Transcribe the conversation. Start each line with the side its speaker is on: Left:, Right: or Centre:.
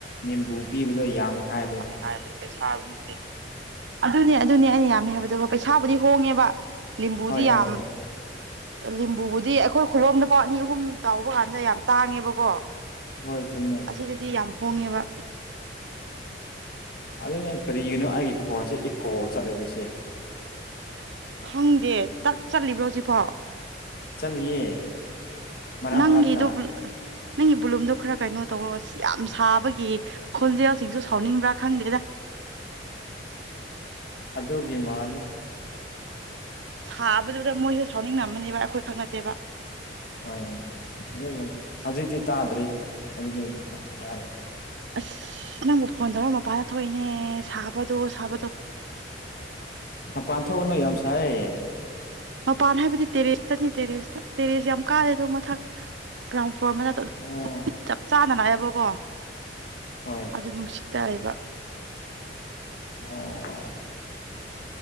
Left: ꯦꯝꯕꯨ ꯄꯤꯕꯗꯣ ꯌꯥꯝꯅꯤ ꯍꯥꯏꯕ
Right: ꯍꯥꯏꯕꯅꯤ ꯄꯩꯁꯥꯕ ꯅꯠꯇꯦ ꯑꯗꯨꯅꯦ ꯑꯗꯨꯅꯦ ꯑꯩꯅ ꯌꯥꯝꯃꯦ ꯍꯥꯏꯕꯗ ꯍꯣꯏ ꯄꯩꯁꯥꯕꯨꯗꯤ ꯍꯣꯡꯉꯦꯕ ꯂꯤꯝꯕꯨꯗꯤ
Left: ꯍꯣꯏ ꯍꯣꯏ
Right: ꯌꯥꯝ
Left: ꯍꯣꯏ
Right: ꯂꯤꯕꯨꯗꯤ ꯑꯩꯈꯣꯏ ꯈꯨꯂꯣꯝꯗ ꯄꯥꯎ ꯑꯅꯤ ꯑꯍꯨꯝ ꯇꯥꯎꯕ ꯀꯥꯟꯗ ꯌꯥꯝ ꯇꯥꯡꯉꯦꯕꯀꯣ
Left: ꯍꯣꯏ ꯆꯨꯝꯃꯦ
Right: ꯑꯁꯤꯗꯗꯤ ꯌꯥꯝ ꯍꯣꯡꯉꯦꯕ
Left: ꯑꯗꯨꯅ ꯀꯔꯤꯒꯤꯅꯣ ꯑꯩꯒꯤ ꯈꯣꯟꯁꯦ ꯏꯀꯣ ꯆꯠꯂꯦꯕꯁꯦ
Right: ꯈꯪꯗꯦ ꯇꯠ ꯆꯠꯂꯤꯕ꯭ꯔꯣ ꯁꯤꯐꯣ
Left: ꯆꯠꯂꯤꯌꯦ ꯃꯔꯛ
Right: ꯅꯪꯒꯤꯗꯨꯕꯨ
Left: ꯃꯔꯛꯇ
Right: <unintelligible> ꯅꯪꯒꯤ ꯕꯨꯂꯨꯝꯗꯣ ꯈꯔ ꯀꯩꯅꯣ ꯇꯧꯕ ꯑꯁ ꯌꯥꯝ ꯁꯥꯕꯒꯤ ꯈꯣꯟꯖꯦꯜꯁꯤꯡꯁꯨ ꯁꯥꯎꯅꯤꯡꯕ꯭ꯔꯥ ꯈꯪꯗꯦꯗ
Left: ꯑꯗꯨꯒꯤ ꯃꯥꯜꯂꯦ
Right: ꯊꯥꯕꯗꯨꯗ ꯃꯣꯏꯁꯨ ꯁꯥꯎꯅꯤꯡꯉꯝꯃꯅꯦꯕ ꯑꯩꯈꯣꯏꯈꯛ ꯅꯠꯇꯦꯕ
Left: ꯍꯣꯏ ꯑꯗꯨ ꯍꯧꯖꯤꯛꯇꯗꯤ ꯇꯥꯗ꯭ꯔꯤ ꯑꯗꯨꯗꯤ ꯌꯥꯔꯦ
Right: ꯑꯁ ꯅꯪꯕꯨ ꯐꯣꯟ ꯇꯧꯔ ꯃꯄꯥꯟꯗ ꯊꯣꯛꯏꯅꯦ ꯁꯥꯕꯗꯣ ꯁꯥꯕꯗꯣ
Left: ꯄꯥꯟꯊꯣꯛꯒꯅꯣ ꯌꯥꯝ ꯁꯥꯏꯌꯦ
Right: ꯃꯄꯥꯟ ꯍꯥꯏꯕꯗꯤ ꯇꯦꯔꯦꯁꯇꯅꯤ ꯇꯦꯔꯦꯁꯇ ꯇꯦꯔꯦꯁ ꯌꯥꯝ ꯀꯥꯗꯦ ꯑꯗꯨ ꯃꯊꯛ ꯒ꯭ꯔꯥꯎꯟ ꯐ꯭ꯂꯣꯔ ꯑꯃ
Left: ꯑꯣ
Right: <unintelligible> ꯆꯞ ꯆꯥꯟꯅꯑꯌꯦꯕꯀꯣ
Left: ꯍꯣꯏ
Right: ꯑꯗꯨ ꯅꯨꯡꯁꯤꯠ ꯇꯑꯦꯕ
Left: ꯑꯣ ꯑꯣ